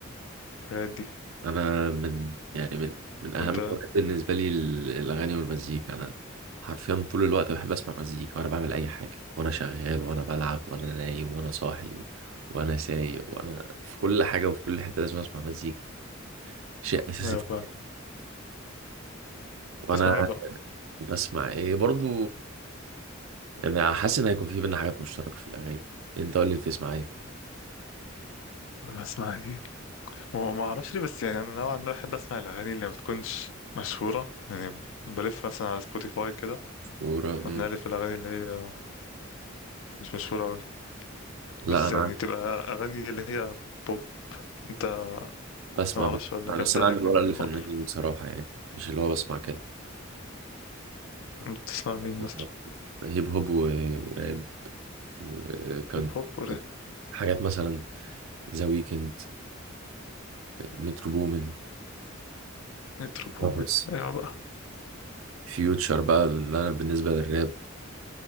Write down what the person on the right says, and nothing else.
أنا من يعني من من أهم
الهوايات بالنسبة لي ال- الأغاني والمزيكا أنا حرفيا طول الوقت بحب أسمع مزيكا وأنا بعمل أي حاجة وأنا شغال وأنا بلعب وأنا نايم وأنا صاحي وأنا سايق وأنا في كل حاجة وفي كل حتة لازم أسمع مزيكا شيء اساسي
في-
وانا
بسمع ايه برضو يعني حاسس ان هيكون في بينا حاجات مشتركه في الاغاني انت قول لي بتسمع ايه
ورا مم.
لا
انا
عندي-
بسمع
ب...
بس
انا عندي
ورقه
للفنانين
بصراحه يعني مش اللي هو بسمع كده
بس
هيب هوب و... وراب وكان
حاجات مثلا ذا ويكند مترو بومن
بس
فيوتشر بقى اللي انا بالنسبه للراب